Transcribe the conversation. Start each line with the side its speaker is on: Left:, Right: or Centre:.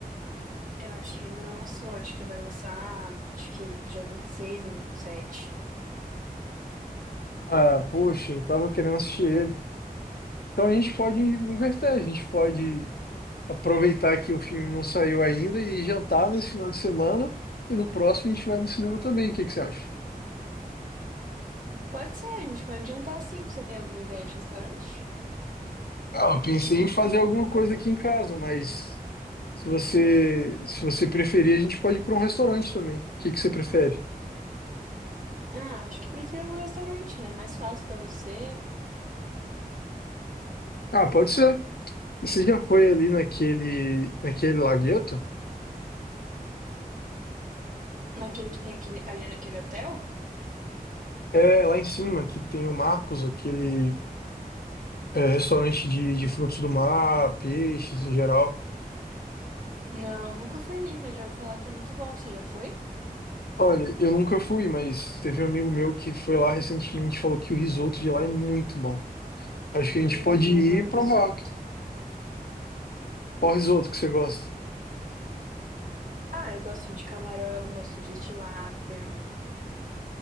Right: Eu acho que ainda não lançou, acho que vai lançar, acho que dia 26 ou vinte e sete
Left: Ah, poxa, eu tava querendo assistir ele. Então a gente pode inverter, a gente pode. aproveitar que o filme não saiu ainda e jantar nesse final de semana. E no próximo a gente vai no cinema também. O que que você acha?
Right: Pode ser, a gente pode adiantar sim. Você tem alguma ideia de restaurante?
Left: Ah, eu pensei em fazer alguma coisa aqui em casa, mas se você, se você preferir, a gente pode ir para um restaurante também. O que que você prefere?
Right: Ah, acho que prefiro um restaurante, né? Mais fácil pra você.
Left: Ah, pode ser. Você já foi ali naquele, naquele lagueto?
Right: Naquele que tem aquele, ali naquele hotel?
Left: É, lá em cima, que tem o Marcos, aquele é, restaurante de, de frutos do mar, peixes em geral.
Right: Não, nunca fui ali, mas já vou falar que é muito bom. Você já foi?
Left: Olha, eu nunca fui, mas teve um amigo meu que foi lá recentemente e falou que o risoto de lá é muito bom. Acho que a gente
Right: Hum,
Left: pode
Right: eu
Left: ir
Right: adoro
Left: e
Right: risoto.
Left: provar qual risoto que você gosta.
Right: Ah, eu gosto de camarão, gosto de tilápia.